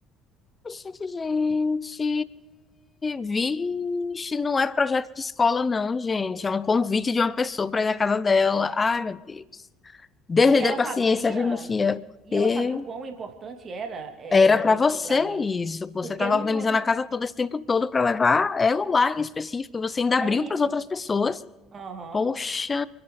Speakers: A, on the left (about 20°); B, on the right (about 35°).
A: Oxe, gente. Vixe, não é projeto de escola, não, gente. É um convite de uma pessoa para ir na casa dela. Ai, meu Deus. Deus
B: E
A: lhe
B: ela
A: dê paciência,
B: sabia,
A: viu, minha filha?
B: e
A: Porque
B: ela sabia o quão importante era é,
A: era para
B: é, é
A: você
B: isso pra mim,
A: isso. Pô,
B: porque
A: Você estava
B: não
A: organizando a casa todo esse tempo todo para levar ela lá em específico. Você ainda
B: é
A: abriu
B: isso.
A: para as outras pessoas.
B: Aham.
A: Poxa,